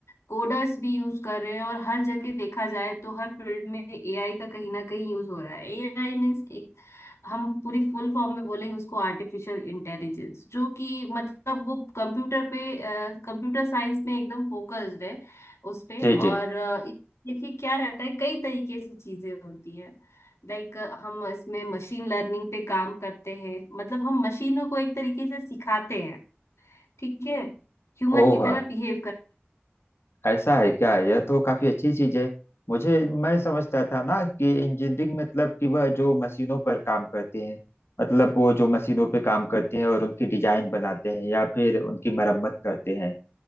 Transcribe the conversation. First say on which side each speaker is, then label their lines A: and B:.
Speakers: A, on the left; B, on the left.
A: कोडर्स भी यूज कर रहे हैं और हर जगह देखा जाए तो हर फील्ड में एआई का कहीं ना कहीं यूज हो रहा है एआई मीन्स एक हम पूरी फुल फॉर्म में बोलेंगे उसको आर्टिफिशियल इंटेलिजेंस जो कि मतलब वो कंप्यूटर पे कंप्यूटर साइंस में एकदम फोकस्ड है उस पे
B: जी
A: और
B: जी
A: अ, इत- देखिए क्या रहता है कई तरीके से चीजें होती है लाइक हम इसमें मशीन लर्निंग पे काम करते हैं मतलब हम मशीनों को एक तरीके से सिखाते हैं ठीक है ह्यूमन
B: ओह
A: की तरह बिहेव कर
B: ऐसा है क्या यह तो काफी अच्छी चीज है मुझे मैं समझता था ना कि इंजीनियरिंग मतलब कि वह जो मशीनों पर काम करते हैं मतलब वो जो मशीनों पे काम करते हैं और उनकी डिजाइन बनाते हैं या फिर उनकी मरम्मत करते हैं